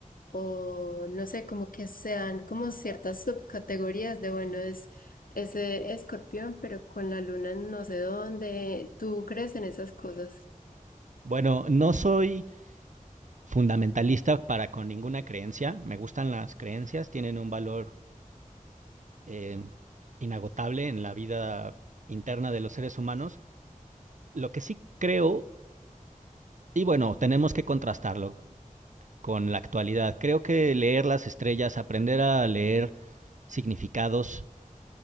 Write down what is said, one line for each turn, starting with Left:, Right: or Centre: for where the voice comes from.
Left: o no sé, como que sean como ciertas subcategorías de, bueno, es ese escorpión, pero con la luna en no sé dónde. ¿Tú crees en esas cosas?
Right: Bueno, no soy fundamentalista para con ninguna creencia. Me gustan las creencias, tienen un valor eh, inagotable en la vida interna de los seres humanos. Lo que sí creo, y bueno, tenemos que contrastarlo con la actualidad. Creo que leer las estrellas, aprender a leer significados